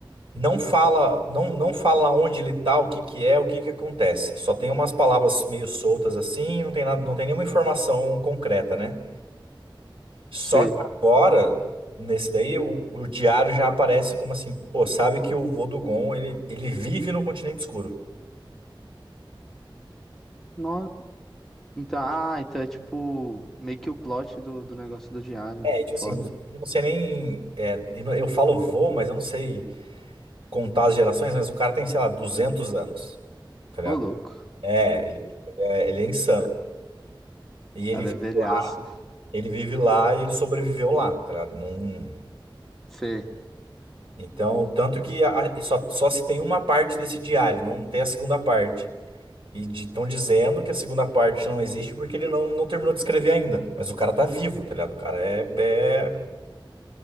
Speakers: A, on the right; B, in the centre.
A: não fala, não, não fala onde ele tá, o que que é, o que que acontece. Só tem umas palavras meio soltas assim, não tem nada, não tem nenhuma informação concreta, né? Só
B: Sei.
A: que agora, nesse daí, o, o diário já aparece como assim, pô, sabe que o vô do Gon, ele, ele vive no continente escuro.
B: No... Então, ah, então é tipo meio que o plot do, do negócio do diário.
A: É, tipo
B: Foda.
A: assim, eu não sei nem, é, eu não- eu falo vô, mas eu não sei contar as gerações, mas o cara tem, sei lá, 200 anos, tá ligado?
B: Ô, louco.
A: É,
B: O
A: ele, é, ele é insano. E ele,
B: Cara,
A: vi-
B: é velhaça.
A: ele vive lá e ele sobreviveu lá, tá ligado? Não-
B: Sei.
A: então, tanto que a- a- só, só se tem uma parte desse diário, não tem a segunda parte. E estão dizendo que a segunda parte não existe porque ele não, não terminou de escrever ainda. Mas o cara tá vivo, tá ligado? O cara é, é-